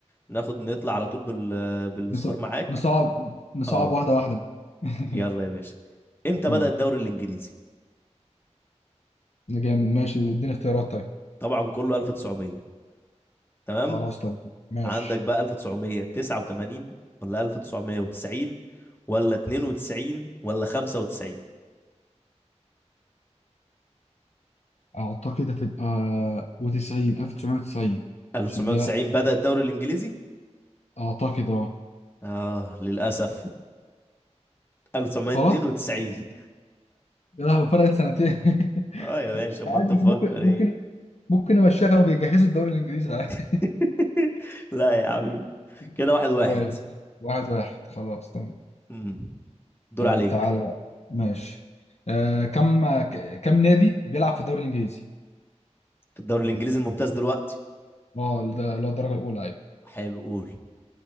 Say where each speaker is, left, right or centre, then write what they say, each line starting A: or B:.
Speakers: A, on the left; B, on the left.
A: ناخد نطلع على طول بال... بالسكور
B: نص-
A: معاك
B: نصعب نصعب
A: اه
B: واحدة واحدة <laughs>
A: يلا يا باشا امتى
B: يلا
A: بدأ الدوري الانجليزي
B: جامد ماشي اديني اختيارات طيب
A: طبعا كله 1900 تمام
B: خلاص طب ماشي
A: عندك بقى 1989 ولا 1990 ولا 92 ولا 95
B: اعتقد هتبقى وتسعين ألف تسعمية وتسعين
A: 1990
B: عشان دي
A: بدأ الدوري الانجليزي
B: اعتقد اه
A: اه للاسف 1992
B: غلط يا لهوي فرقت سنتين <laughs>
A: اه يا باشا امال
B: عادي
A: انت مفكر
B: إحنا ممكن
A: ايه
B: ممكن ممكن نمشيها كانوا بيجهزوا الدوري الانجليزي عادي
A: <laughs> لا يا حبيبي
B: <laughs>
A: كده واحد واحد
B: ماشي واحد واحد خلاص تمام
A: امم دور
B: طيب
A: عليك
B: تعالى بقى ماشي آه كم ك- كم نادي بيلعب في الدوري الانجليزي
A: في الدوري الانجليزي الممتاز دلوقتي
B: اه ده اللي هو الدرجة الأولى أيوة
A: حلو قول